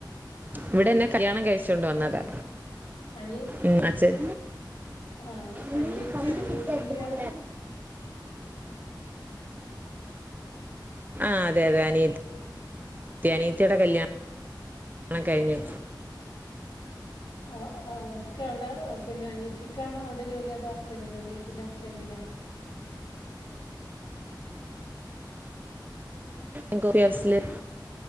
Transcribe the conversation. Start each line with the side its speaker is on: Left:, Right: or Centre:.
Right: ഇവിടെ എന്നെ കല്യാണം കഴിച് ച്ചോണ്ട് വന്നതാ.
Left: ആഹ് അനിയ
Right: ഉം അച്ഛൻ
Left: ആഹ്
Right: എന്നിട്ട്
Left: അനിയത്തിയാണ്
Right: കമ്പി കിട്ടിയാക്കുന്നുണ്ട്
Left: യു പിയില് പറഞ്ഞേ?
Right: ആ അതെ അതെ അനിയ <inaudible> അനിയത്തിയുടെ കല്യാണം കഴിഞ്ഞു.
Left: ആ അ അവർക്ക് അവിടെ പിന്നെ അനിയത്തിക്കാണോ അവിടെ ജോലി അതോ ഹസ്ബൻഡിനോ? അനിയത്തിന്റെ ഹസ്ബൻഡിനോ
Right: ൻ കോഫി ഹൗസില്